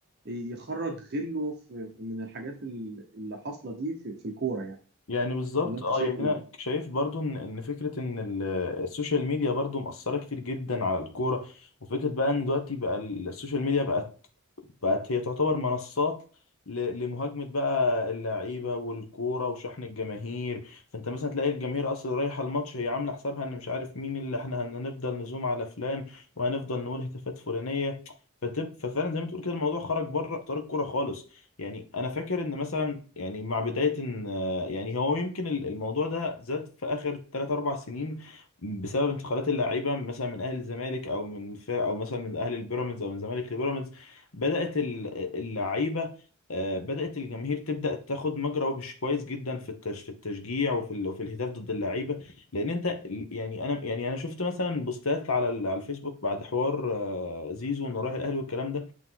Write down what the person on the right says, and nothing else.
يخرج غله في في- من الحاجات ال- اللي حاصله دي في في الكوره يعني
ولا انت
شايف
ايه؟